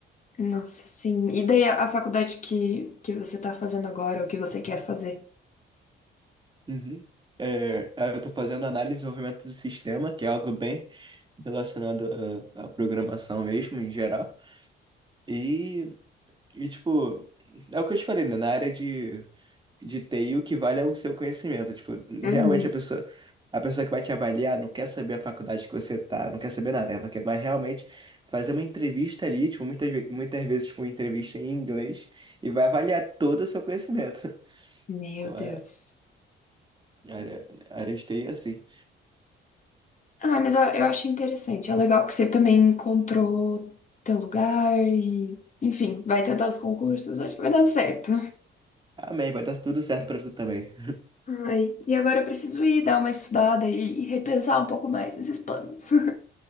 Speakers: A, on the left; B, on the right.
A: Nossa, sim. E daí a, a faculdade que, que você tá fazendo agora, ou que você quer fazer?
B: Uhum. É, eu estou fazendo análise de desenvolvimento do sistema, que é algo bem relacionado à, à programação mesmo, em geral. E, e, tipo, é o que eu te falei, né? Na área de, de TI, o que vale é o seu conhecimento. Tipo,
A: Uhum.
B: realmente a pessoa, a pessoa que vai te avaliar não quer saber a faculdade que você tá, não quer saber nada. Ela quer, vai realmente fazer uma entrevista ali, tipo, muitas, ve- muitas vezes, tipo, uma entrevista em inglês, e vai avaliar todo o seu conhecimento. <laughs>
A: Meu
B: Então,
A: Deus.
B: é, a área, a área de TI é assim.
A: Ah, mas eu, eu acho interessante. É legal que você também encontrou teu lugar e, enfim, vai tentar os concursos. Acho que vai dar certo.
B: Amém, vai dar tudo certo pra tu também.
A: Ai, e agora eu preciso ir dar uma estudada e, e repensar um pouco mais nesses planos. <laughs>